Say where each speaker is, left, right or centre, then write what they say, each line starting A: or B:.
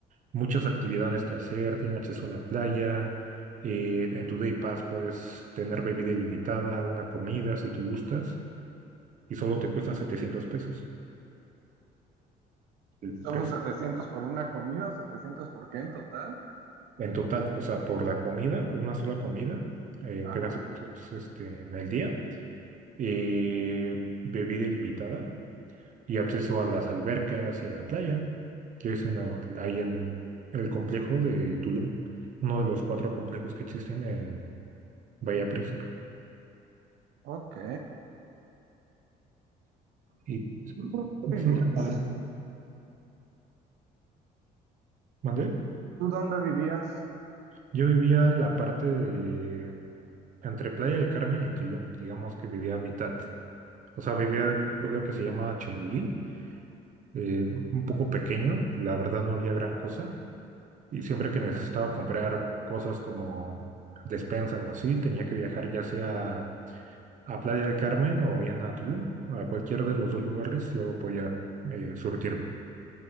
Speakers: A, on the right; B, on the right.
A: muchas actividades que hacer, tiene acceso a la playa, eh, en tu Day Pass puedes tener bebida ilimitada, una comida si tú gustas, y solo te cuesta 700 pesos el
B: ¿Son
A: precio.
B: los setecientos por una comida o 700 por qué en total?
A: En total, o sea, por la comida, una sola comida, eh,
B: Ajá.
A: que nace este, en el día, eh, bebida ilimitada. y acceso a las albercas y a la playa, que es en, el- ahí en el complejo de Tulum, uno de los cuatro complejos que existen en Bahía Príncipe.
B: Ok.
A: Y es
B: ¿Dónde
A: bastante
B: vivías?
A: padre. ¿Mandé?
B: ¿Tú dónde vivías?
A: Yo vivía en la parte de entre Playa del Carmen y Tulum, digamos que vivía a mitad. O sea,
B: Ok.
A: vivía en un pueblo que se llama Chemuyil, eh, un poco pequeño, la verdad no había gran cosa. Y siempre que necesitaba comprar cosas como despensa o así, tenía que viajar ya sea a Playa del Carmen o bien a Tulum. A cualquier de los dos lugares yo podía eh, surtirme.